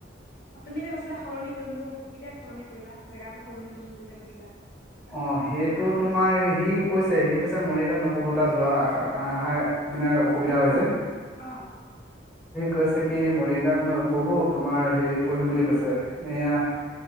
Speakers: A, on the left; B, in the centre.
A: অ', তুমি যে কৈছিলা সলনি কৰিম বো কেতিয়া সলনি কৰিবা? জেগাটো সলনি কৰিম বুলি যে কৈছিলা,
B: অ', সেইটো তোমাৰ সি কৈছে', - সি কৈছে মৰিগাওঁত নপহো, তাত যোৱা আহাৰ মানে অসুবিধা হয় যে।
A: আহ
B: কৈছে কি মৰিগাঁৱত নপঢ়ো তোমাৰ হেৰিত পঢ়িম বুলি কৈছে এয়া